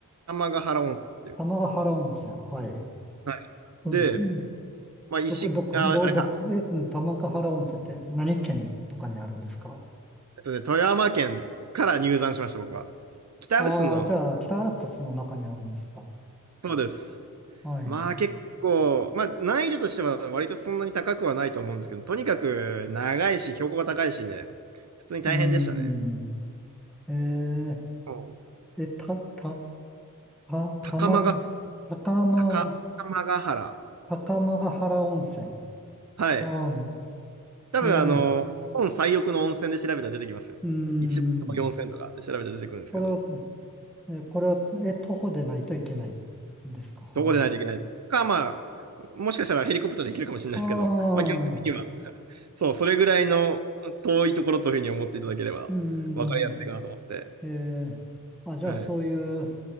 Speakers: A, on the right (about 55°); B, in the centre.
A: 間ヶ原温泉っていう。
B: 玉ヶ原温泉、はい。
A: はい。
B: ど、
A: で、
B: うん
A: まあ、石、
B: どこ、どこ、
A: あ、
B: ど、
A: あれか、
B: どこ、え、うん玉ヶ原温泉って何県とかにあるんですか
A: えっとね、富山県から入山しました、僕は。北アルプスの、
B: ああー、じゃあ、北アルプスの中にあるんですか
A: そうです。
B: はい。
A: まあ、
B: う
A: 結構、まあ、難易度としては割とそんなに高くはないと思うんですけど、とにかく長いし、標高が高いしで、普通に大変でしたね。
B: ーん。え
A: うん
B: ー、え、た、た、た、
A: 高間が、
B: 玉が、高間、
A: 高、高間ヶ原。
B: 高間ヶ原温泉。
A: はい。
B: は
A: 多分、
B: い。え
A: あの、日本最奥の温泉で調べたら出てきますよ。
B: ー、うー
A: 一番遠い温泉とかで調べたら出てくるんですけど、
B: ん。これはえ、これは、え、徒歩でないといけないんですかはい。
A: どこでないといけないです。か、まあ、もしかしたらヘリコプターで行けるかもしれないですけど、
B: ああ、
A: まあ、基本的には、<laughs> そう、それぐらいの遠いところというふうに思っていただければ分かりやすいかなと思って。
B: うん。えーあ、じゃあそういう、
A: はい。